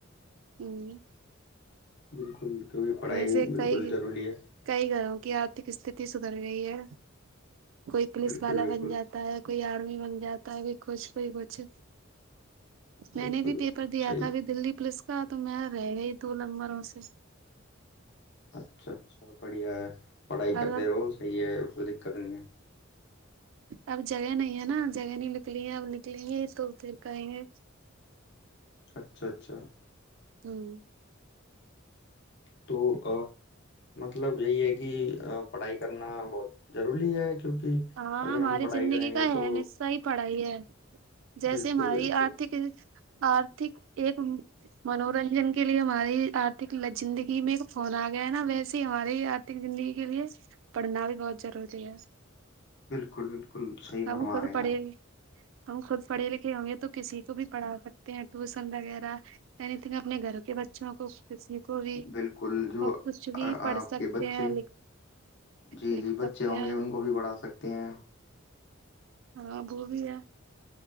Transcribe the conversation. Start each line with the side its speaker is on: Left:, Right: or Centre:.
Right: ہوں
Left: بالکل کیونکہ پڑھائی
Right: سے
Left: بالکل
Right: کئی
Left: ضروری ہے
Right: کئی گھروں کی آرتھک استھتی سدھر گئی ہے کوئی پلیس
Left: بالکل
Right: والا
Left: بالکل
Right: بن جاتا ہے کوئی آرمی بن جاتا ہے کوئی کچھ کوئی کچھ میں
Left: بالکل
Right: نے بھی
Left: بالکل
Right: پیپر دیا
Left: صحیح
Right: تھا ابھی دللی پولیس کا تو میں رہ گئی ہی دو لمبروں سے
Left: اچھا اچھا بڑھیا ہے پڑھائی کرتے
Right: اور
Left: رہو صحیح ہے کوئی دقت نہیں ہے
Right: اب جگہ نہیں ہے نا جگہ نہیں نکلی ہے اب نکلیں گے تو پھر کہیں گے
Left: اچھا اچھا
Right: ہوں
Left: تو ا مطلب یہی ہے کہ پڑھائی کرنا بہت ضروری ہے کیونکہ
Right: ہاں
Left: اگر
Right: ہماری
Left: ہم پڑھائی
Right: زندگی
Left: کریں
Right: کا
Left: گے تو
Right: ہے نصص ہی پڑھائی ہے جیسے
Left: بالکل
Right: ہماری
Left: بالکل
Right: آرھک آرھک ایک منورنجن کے لیے ہماری آرتک زندگی میں ایک فون آ گیا ہے نا ویس ہی ہماری آرتھک زندگی کے لیے پڑھنا بھی بہت روری ہے
Left: بالکل بالکل صحیح فرما
Right: ہم خود
Left: رہے
Right: پڑھے
Left: ہیں آپ
Right: ہم خود پڑھے لکھے ہوں گے تو کسی کو بھی پڑھا سکتے ہیں ٹیوسن وغیرہ اینی تھنگ اپنے گھروں کے بچوں کو کسی کو بھی
Left: بالکل جو
Right: اور کچھ بھی
Left: آ-
Right: پڑھ
Left: آپ
Right: سکتے
Left: کے بچے
Right: ہیں
Left: جی
Right: لکھ
Left: جی بچے
Right: سکتے
Left: ہوں
Right: ہیں
Left: گے ان کو بھی پڑھا سکتے ہیں
Right: ہاں وہو بھی ہے